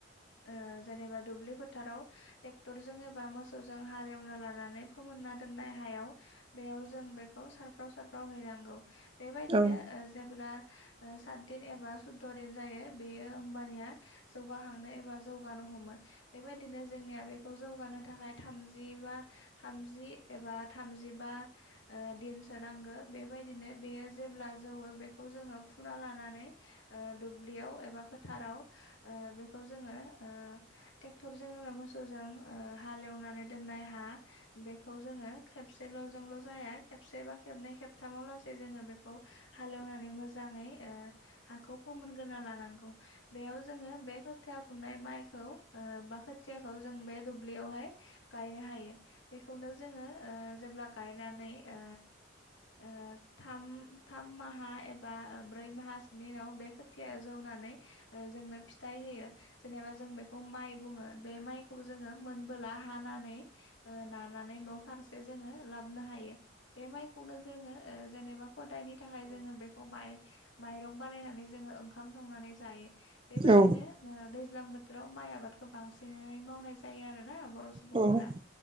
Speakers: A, on the left; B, on the right.
A: ओ जेनेबा दुब्लि फोथाराव ट्रेक्टरजों एबा मोसौ जों हाल एवना लानानै फोमोनना दोननाय हायाव बेयाव जों बेखौ सारफ्राव सारफ्राव हैना गौ बेबायदिनो
B: औ
A: जेबोला ओ सातदिन एबा सुदद' दिन जायो बेयो होमबानिया जौगाहांनो एबा जौगानो हमो बेबायदिनो जोंनिया बेखौ जौगानो थाखाय थामजिबा थामजि एबा थामजिबा ओ दिनसो नांगो बेबाय बिदिनो बेयो जेब्ला जौवो बेखौ जोङो फुना लानानै ओ दुब्लियाव एबा फोथाराव ओ बे खौ जोङो ओ ट्रेक्टरजों एबा मोसौजों ओ हालेवना नै दोननाय हा बेखौ जोङो खेबसेल'जोंल जाया खेबसे बा खेबनै खेबथामाव ला जोङो बेखौ हालेवनानै मोजाङै ओ हाखौ फोमोनग्रोना लानांगौ बेयाव जोङो बे खोथि फुननाय माइखौ ओ बा खोथियाखौ जों बे दुब्लियावहाय गायनो हायो बेखौनो जोङो ओ जेब्ला गायनानै ओ ओ थाम थाम माहा एबा ब्रै माहासोनि उनाव बे खोथिया जौना नै जोंनो फिथाय होयो जेनेबा जों बिखौ माइ बुङो बे माइखौ जों मोनबोल ला हाना नै नानानै न' फारसे जोङो लाबनो हायो बे माइखौनो जोङो ओ जेनेबा हदायनि थाखाय जोङो बेखौ माइ माइरं बानायनानै जोङो ओंखाम संनानै जायो बेबायदिनो
B: औ
A: ओ दैज्लां बोथोराव माइ आबादखौ बांसिनै मावनाय जायो आरोना बर' सुबुंफोरा
B: औ